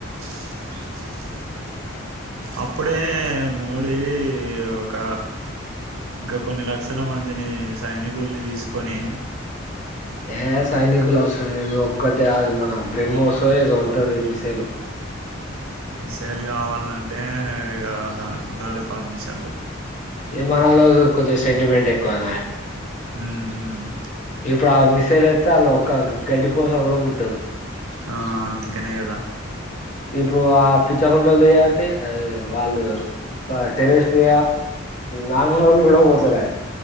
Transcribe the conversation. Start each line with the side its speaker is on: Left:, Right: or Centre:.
Right: <unintelligible> అప్పుడే మోడీ ఒక ఇంకా కొన్ని లక్షల మందిని సైనికుల్ని తీసుకొని
Left: ఏ సైనికులు అవసరం లేదు ఒక్కటే అది మన బ్రమోస్ ఏదో ఉంటది మిసైలు
Right: మిసైల్ కావాల్నంటే ఇక దానికి ఉండాలి పర్మిషన్లు
Left: ఏ మనలో కొద్దిగ సెంటిమెంట్ ఎక్కువనాయ
Right: ఉ ఉ
Left: ఇప్పుడు ఆ మిసైల్ అయితే అలా ఒక గడ్డి పోస కూడా పుట్టదు
Right: ఆ అందుకనే కదా
Left: ఇప్పుడు ఆ పిచ్చకుండలు వాళ్ళు చే వాళ్లు టెర్రరిస్టి నార్మల్ వాళ్ళు కూడా పోతారాయ